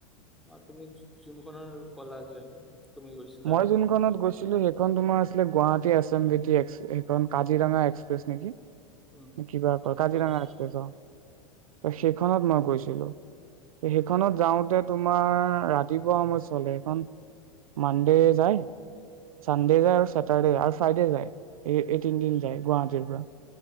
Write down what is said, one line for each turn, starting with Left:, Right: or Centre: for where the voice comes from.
Centre: তুমি যোনখনৰ, কলা যে। তুমি গৈছিলা
Right: মই
Centre: নেকি
Right: যোনখনত
Centre: সেইখনত?
Right: গৈছিলো সেইখন তোমাৰ আছিলে আছিল Guwahati S M B T সেইখন। কাজিৰঙা এক্সপ্ৰেছ নেকি?
Centre: উম,
Right: কিবা,
Centre: কেনেকুৱা
Right: কাজিৰঙা
Centre: সেইখন?
Right: এক্সপ্ৰেছ অ'। সেইখনত মই গৈছিলো, ‌ সেইখনত যাওঁতে তোমাৰ ৰাতিপুৱা সময় চলে, সেইখন। মানডে যায়, ছানডে যায়, আৰু চেটাৰডে যায়, আৰু ফ্ৰাইডে যায়, এই এই তিনিদিন যায় গুৱাহাটীৰ পৰা।